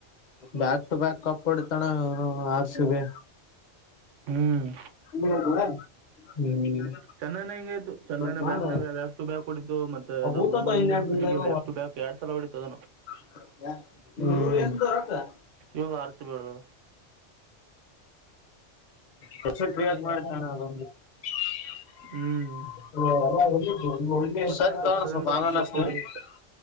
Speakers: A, on the left; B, on the right.
A: ಬ್ಯಾಕ್ ಟು ಬ್ಯಾಕ್ ಕಪ್ ಹೋಡಿತ್ತು ಅಣ್ಣ ಆರ್‌ಸಿಬಿ.
B: ಹ್ಮ್
A: ಹ್ಮ್
B: ಚೆನ್ನೈನ ಹೆಂಗೆತ್ತು ಚನ್ನೈನ
A: ಇವತ್ ಮಾಡ
B: ಬ್ಯಾಕ್ ಬ್ಯಾಕ್ ಟು ಬ್ಯಾಕ್ ಹೊಡತು ಮತ್ತೆ
A: ಆ
B: ಇದು
A: ಭೂತತ
B: ಮುಂಬೈ ಇಂಡಿಯನ್ಸ್
A: ಇನ್ನೆರಡು ದಿನದಾಗ
B: ಬ್ಯಾಕ್ ಟು ಬ್ಯಾಕ್. ಎರಡು ಸಲ ಹೊಡಿತೂ ಅದುನು.
A: ಹ್ಮ್
B: ಇವಾಗ ಆರ್ಸಿಬಿ ಹೊಡೆದದ.
A: ವೆಬ್ಸೈಟ್ ಕ್ರಿಯೇಟ್ ಮಡಿದು ಅಣ್ಣ ಅದು. <unintelligible>
B: ಹ್ಮ್ ಹದಿನೆಂಟು ವರ್ಷದಿಂದ ಒಂದ್ ಕಪ್ ಹೊಡಿಲಿಲ್ಲ